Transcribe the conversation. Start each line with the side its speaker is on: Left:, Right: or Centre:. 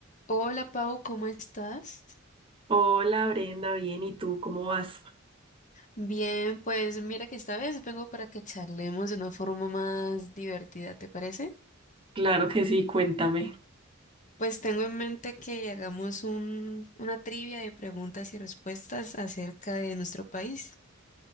Left: Hola Pau, ¿cómo estás?
Right: Hola Brenda, bien, ¿y tú cómo vas?
Left: Bien, pues mira que esta vez vengo para que charlemos de una forma más divertida, ¿te parece?
Right: Claro que sí, cuéntame.
Left: Pues tengo en mente que hagamos un, una trivia de preguntas y respuestas acerca de nuestro país.